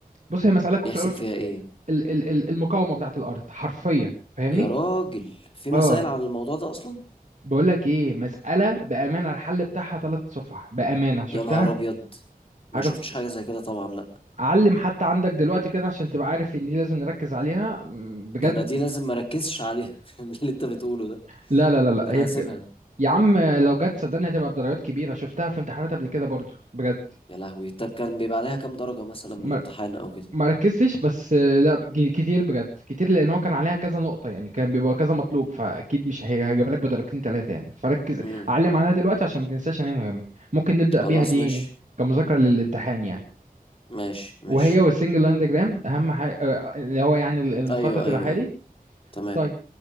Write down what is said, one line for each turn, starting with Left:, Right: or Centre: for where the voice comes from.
Right: بص هي مسألة في
Left: بيحسب
Right: الأول في-
Left: فيها ايه يعني
Right: ال... ال... ال- المقاومة بتاعت الأرض حرفيا فاهمني؟
Left: يا راجل في مسائل
Right: اه
Left: عن الموضوع ده اصلا
Right: بقول لك ايه مسألة بأمانة الحل بتاعها ثلاث صفح بأمانة شفتها
Left: يا نهار ابيض ما
Right: حاجة
Left: شفتش
Right: في...
Left: حاجة زي كده طبعا لا
Right: علم حتى عندك دلوقتي كده عشان تبقى عارف ان دي لازم نركز عليها م، بجد
Left: ده انا دي لازم مركزش عليها <laughs> من اللي انت بتقوله ده
Right: لا لا لا لا
Left: ده انا
Right: هي بج...
Left: هسيبها
Right: يا عم لو جت صدقني هتبقى بدرجات كبيرة شفتها في امتحانات قبل كده برضو بجد
Left: يا لهوي طب كان بيبقى عليها كام درجة مثلا من
Right: ما
Left: الامتحان او كده
Right: ما ركزتش بس آه، لا ج- كتير بجد كتير لان هو كان عليها كذا نقطة يعني كان بيبقى كذا مطلوب فاكيد مش هي هجيب لك بدرجتين ثلاثة يعني فركز
Left: امم
Right: علم عليها دلوقتي عشان ما تنساش ان هي مهمة ممكن نبدأ
Left: خلاص
Right: بيها دي
Left: ماشي
Right: كمذاكرة للامتحان يعني
Left: ماشي ماشي
Right: وهي والسنجل لاين ديجرام اهم حاجة آه، اللي هو يعني المخطط
Left: ايوه ايوه
Right: الحالي
Left: ايوه تمام
Right: طيب